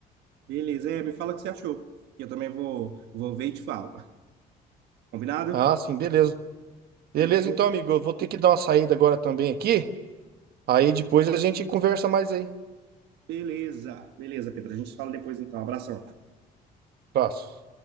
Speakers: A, on the right; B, on the right.
A: Beleza, é, me fala o que você achou. E Eu também vou, vou ver e te falo. Combinado?
B: Ah, sim, beleza. Beleza,
A: Eu vou.
B: então, amigo, eu vou ter que dar uma saída agora também aqui, aí depois a gente conversa mais aí.
A: Beleza, beleza, Pedro. A gente se fala depois então. Abração.
B: Abraço.